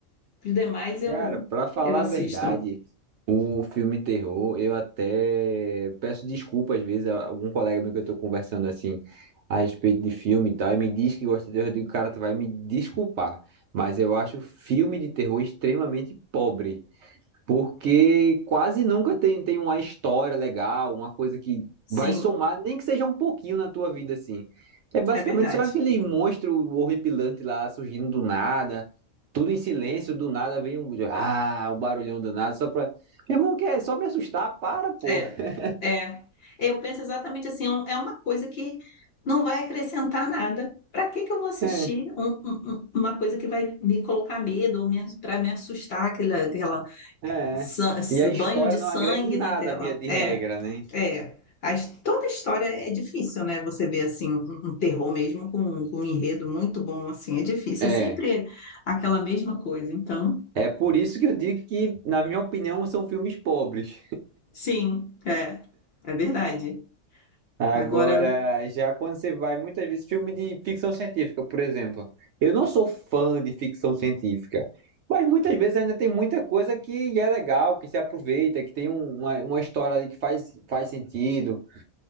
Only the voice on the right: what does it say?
Cara, pra falar
a verdade, o filme terror, eu até peço desculpa às vezes a algum colega meu que eu tô conversando assim a respeito de filme e tal, e me diz que gosta de terror, eu digo, cara, tu vai me desculpar, mas eu acho filme de terror extremamente pobre. Porque quase nunca tem, tem uma história legal, uma coisa que vai
somar, nem que seja um pouquinho na tua vida, assim. É basicamente
só aquele monstro horripilante lá surgindo do nada, tudo em silêncio, do nada vem um, ah, um barulhão do nada, só pra. Meu irmão, quer só me assustar? Para, pô.
<laughs>
É,
é. é.
E a história
não agrega em nada,
via de
regra, né?
É.
É por isso que eu digo que, na minha opinião, são filmes pobres.
Agora,
já quando você vai, muitas vezes, filme de ficção científica, por exemplo. Eu não sou fã de ficção científica, mas muitas vezes ainda tem muita coisa que é legal, que se aproveita, que tem um- uma, uma história ali que faz, faz sentido,